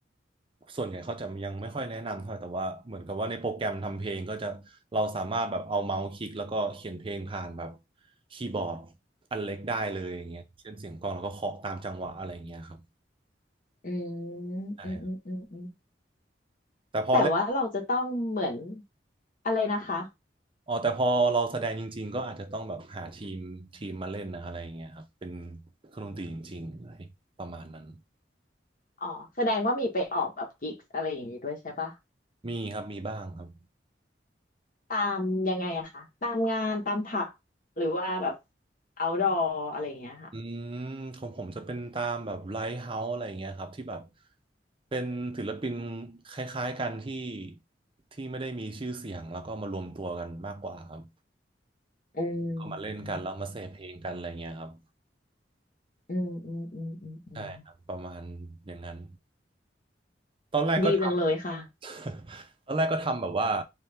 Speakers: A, on the right; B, on the left.
A: ส่วนใหญ่เขาจะยังไม่ค่อยแนะนำเท่าไหร่แต่ว่าเหมือนกับว่าในโปรแกรมทำเพลงก็จะเราสามารถแบบเอาเมาส์คลิกแล้วก็เขียนเพลงผ่านแบบคีย์บอร์ดอันเล็กได้เลยอย่างเงี้ยเช่นเสียงกลองแล้วก็เคาะตามจังหวะอะไรอย่างเงี้ยครับ
B: อืมอืมอืมอืมอืม
A: ใช่ครับแต่พอ
B: แต่ว่าเราจะต้องเหมือนอะไรนะคะ
A: อ๋อแต่พอเราแสดงจริงๆก็อาจจะต้องแบบหาทีมทีมมาเล่นนะอะไรอย่างเงี้ยครับเป็นเครื่องดนตรีจริงๆอะไรประมาณนั้น
B: อ๋อแสดงว่ามีไปออกแบบกิกส์อะไรอย่างนี้ด้วยใช่ปะ
A: มีครับมีบ้างครับ
B: ตามยังไงอะคะ ตามงานตามผับหรือว่าแบบเอาดออะไรอย่างเงี้ยค่ะ
A: อืมของผมจะเป็นตามแบบไลท์เฮาส์อะไรอย่างเงี้ยครับที่แบบเป็นศิลปินคล้ายๆกันที่ที่ไม่ได้มีชื่อเสียงแล้วก็มารวมตัวกันมากกว่าครับ
B: อืม
A: ก็มาเล่นกันแล้วมาเสพเพลงกันอะไรเงี้ยครับ
B: อืมอืมอืมอืมอืม
A: ใช่ครับประมาณอย่างนั้นตอนแรกก็ท
B: ดีจังเลยค่ะ
A: <laughs> ตอนแรกก็ทำแบบว่า